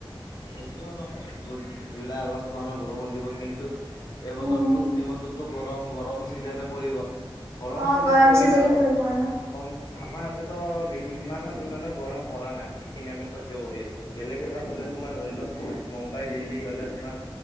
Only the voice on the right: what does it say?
উম,
অ',
চিজনে পৰিব আৰু।